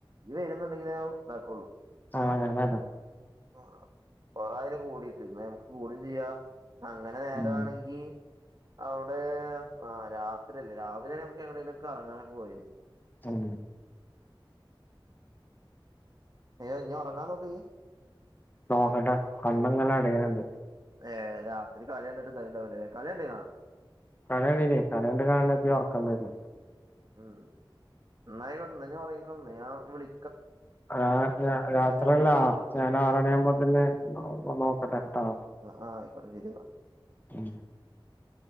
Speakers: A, on the right; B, on the left.
A: ഇയ് വരുന്നുണ്ടെങ്കിലേ ഞാഉ താക്കുള്ളൂ.
B: ആഹ് ഞാ വരാ
A: <unintelligible> ആഹ് കൊറായില് കൂടിട്ട് ഇന്ന നമക്ക് കൂടും ചെയ്യാ അങ്ങനെ നേരമാണെങ്കി
B: ഉം
A: അവിടെ ആഹ് രാത്രില്ലേ രാവിലെണ നമുക്ക് എങ്ങനെിലുംക്കെ കറങ്ങാനൊക്കെ പോവേഞ്
B: ചൗ
A: ഏഹ് ഞ് ഒറങ്ങാൻ നോക്
B: നോക്കട്ടെ കണ്ണ്ങ്ങനെ അടിയ്ണ് ണ്ട്
A: ഏഹ് രാത്രി കളി യണ്ടിട്ട് തായിണ്ടാഉലെ. കളി അണ്ടീനോ?
B: കളി അണ്ടീനി കളി അണ്ട്ആഞപൊ ഓർക്കം വര്ന്നത്.
A: ഉം എന്നായിക്കോട്ടെ ന്ന ഞാഒർങ്ങിക്കൊന്ന് ഞാൻ വിളി
B: ആഹ് രാ രാത്രയല്ല.
A: വിളിക്കാ
B: ഞാൻ ആറണിയാഉമ്പോ തന്നെ നോ നോക്കട്ടെട്ടോ
A: അ ആ അയ്ക്കോട്ടെ ശെരി ന്നാ
B: <inaudible>